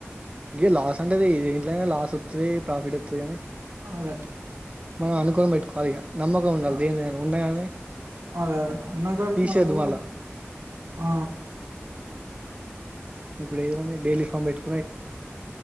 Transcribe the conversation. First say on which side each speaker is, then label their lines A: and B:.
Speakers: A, on the right; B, on the right.
A: గి లాస్ అంటది దేంట్లైనా లాస్ ఒత్తది ప్రాఫిట్ ఒత్తది కానీ
B: అదే
A: మనం అనుకొని పెట్టుకోవాలి ఇక నమ్మకం ఉండాలి
B: అదే
A: దేనిమీదైనా ఉన్నా గని
B: అదే ఉన్న కాడికి
A: తీసేద్దు
B: మనకు
A: మళ్ళా
B: ఆ
A: ఇప్పుడు ఏముంది డైలీ ఫార్మ్ పెట్టు